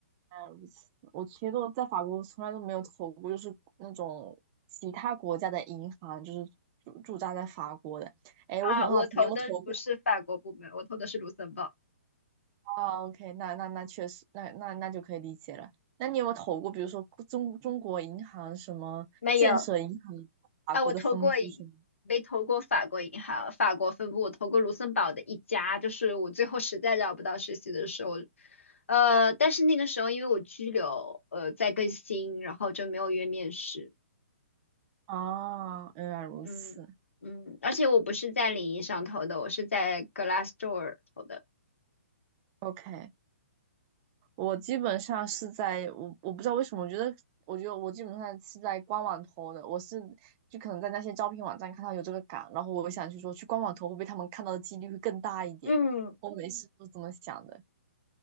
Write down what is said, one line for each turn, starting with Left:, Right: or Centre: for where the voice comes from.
Right: 原来如此，我其实都在法国从来都没有投过，就是那种其他国家的银行，就是驻驻扎在法国的。哎，
Left: 啊，
Right: 我很好奇，
Left: 我投的不是法国部门，
Right: 你有没有投过
Left: 我投的是卢森堡。
Right: 啊？OK，那那那确实，那那那就可以理解了。那你有没有投过，比如说中中国银行什么建设银行法国的分部什么？
Left: 没有。啊，我投过一没投过法国银行法国分部，我投过卢森堡的一家，就是我最后实在找不到实习的时候，呃，但是那个时候因为我居留，呃，在更新，然后就没有约面试，
Right: 啊，原来如此。
Left: 嗯嗯，而且我不是在领英上投的，我是在 Glassdoor 投的，
Right: OK，我基本上是在我我不知道为什么，我觉得我觉得我基本上是在官网投的，我是就可能在那些招聘网站看到有这个岗，然后我想去说去官网投会不会他们看到的几率会更大一点，
Left: 嗯
Right: 我每次都这么想的。